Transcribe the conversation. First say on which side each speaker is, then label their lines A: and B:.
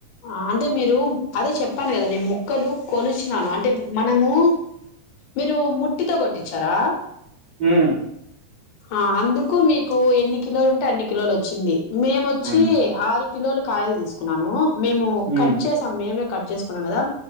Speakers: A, on the left; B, on the right.
A: ఆ అంటే మీరు అదే చెప్పాను కదా నేను ముక్కలు కొలిచినాను అంటే మనము మీరు ముట్టితో కొట్టించారా
B: ఉమ్
A: ఆ అందుకు మీకు ఎన్ని కిలోలు ఉంటే అన్ని కిలోలు వచ్చింది మేముొచ్చి
B: హ్మ్.
A: ఆరు కిలోలు కాయలు తీసుకున్నాను మేము
B: హ్మ్.
A: కట్ చేసాం మేమే కట్ చేసుకున్నాం కదా